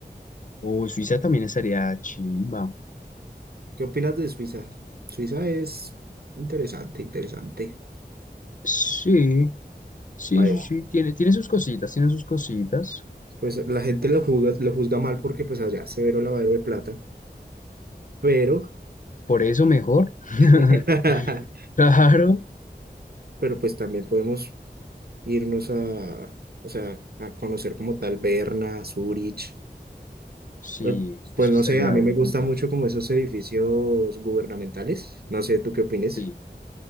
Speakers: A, on the left (about 50°); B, on the right (about 65°).
A: o Suiza también estaría chimba.
B: ¿Qué opinas de Suiza? Suiza es interesante, interesante.
A: Sí, sí,
B: país.
A: sí, sí. Tiene, tiene sus cositas, tiene sus cositas.
B: Pues la gente lo juzga, lo juzga mal porque pues allá se veró lavadero de plata, pero,
A: Por eso mejor. <laughs>
B: <laughs>
A: Claro.
B: pero pues también podemos irnos a, o sea, a conocer como tal Berna, Zurich.
A: Sí,
B: Pues, pues
A: eso
B: no
A: estaría
B: sé, a mí
A: bueno.
B: me gusta mucho como esos edificios gubernamentales. No sé, ¿tú qué opinas?
A: Sí.